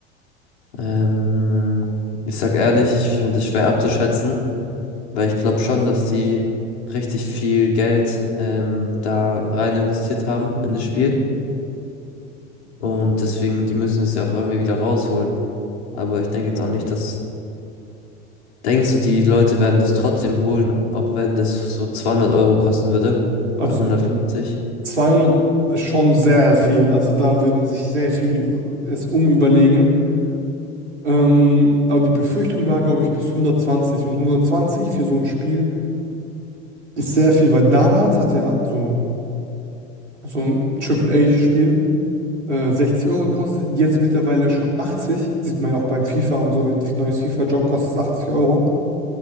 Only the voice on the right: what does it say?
Also
200 ist schon sehr viel. Also da würden sich sehr viele es umüberlegen. Ähm, aber die Befürchtung war, glaube ich, bis 120. Und 120 für so ein Spiel ist sehr viel, weil damals hat ja so, so ein Triple A spiel äh, 60 Euro gekostet. Jetzt mittlerweile schon 80. Sieht man ja auch beim FIFA und so, wenn ein neues FIFA-Job kostet, es 80 Euro.